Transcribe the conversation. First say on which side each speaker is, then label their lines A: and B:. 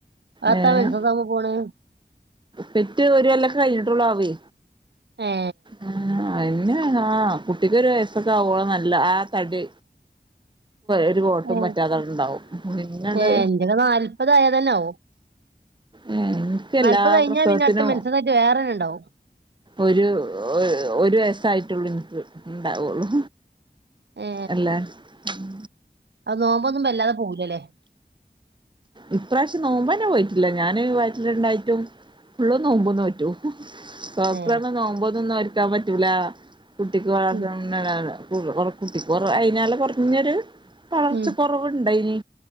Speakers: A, on the right; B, on the right.
A: അതാ
B: ഏഹ്
A: മെൻസസാകുമ്പോ പോണ്
B: പെറ്റ് ഒരു കൊല്ലൊക്കെ കഴിഞ്ഞിട്ടൊള്ളു ആവേ
A: ഏ
B: അ അയ്നുന് ആഹ്. കുട്ടിക്കൊരു വയസ്സൊക്കെ ആവുമ്പള നല്ല ആ തടി ഒരു കോട്ടും
A: ഏ
B: പറ്റാത്തടണ്ടാവും പിന്നണ്ട്
A: ഏ, എന്റൊക്കെ നാല്പതായതന്നെ ആവും
B: ഏഹ് ഇൻക്ക് എല്ലാ
A: നാല്പത് കഴിഞ്ഞാ
B: പ്രസവത്തിനും
A: പിന്നെ അടുത്ത മെൻസസായിട്ട് വേറെ തന്നെ ഉണ്ടാവും
B: ഒരു ഒ ഒരു വയ തായിട്ടൊള്ളു ഇൻക്ക് ഇണ്ടാവൊള്ളു
A: ഏ
B: അല്ലെ ഉം
A: അത് നോമ്പൊന്നും വല്ലാതെ പോവുലലെ
B: ഇപ്രാവശ്യം നോമ്പന്നെ പോയിറ്റില്ല. ഞാന് വയറ്റില്ണ്ടായിട്ടും ഫുള്ള് നോമ്പും ന്നോറ്റു ഡോക്ടറർഞ്
A: ഏ
B: നോമ്പൊന്നും നോൽക്കാൻ പറ്റൂലാ കുട്ടിക്ക് വളർചന്ന്ണ്ടാവുല
A: ഉം
B: <unintelligible> കുട്ടി കൊറ അയിഞാല് കൊറഞ്ഞൊര് വളർച്ച
A: ഉം
B: കൊറവുണ്ടയ്ന്